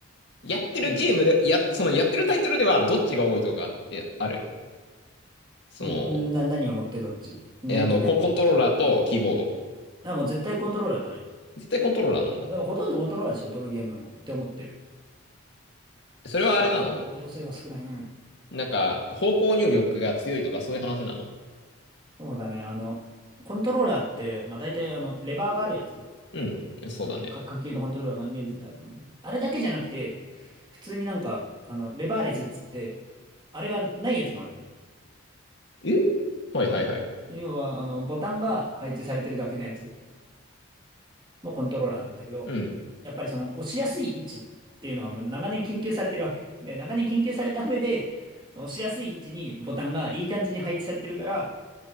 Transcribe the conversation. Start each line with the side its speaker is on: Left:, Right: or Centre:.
Left: やってるゲームで、
Right: うん。
Left: や、そのやってるタイトルではどっちが多いとかってある。その、
Right: んな、何を持ってどっち何と何のどっちだか
Left: え、あの、コ、コントローラーとキーボード。
Right: らもう絶対コントローラーだね。
Left: 絶対コントローラーなんだ。
Right: でもほとんどコントローラーでしょ、どのゲームも。って思ってる。
Left: それはあれなの
Right: キーボード性は少ない。うん。
Left: なんか、方向入力が強いとかそういう話なの
Right: そうだね。あの、コントローラーって、まあ大体あの、レバーがあるやつ。
Left: うん、そうだね。
Right: あの、か、家計のコントローラー、まあ、イメージになると思う。あれだけじゃなくて、普通になんか、あの、レバーレスっつって、あれがないやつもあるのね。
Left: えはいはいはい。
Right: そう要は、あの、ボタンが配置されてるだけのやつもコントローラーなんだけど、
Left: うん、
Right: やっぱりその、押しやすい位置っていうのがまあ長年研究されてるわけ。で、長年研究された上で、その押しやすい位置にボタンがいい感じに配置されてるから、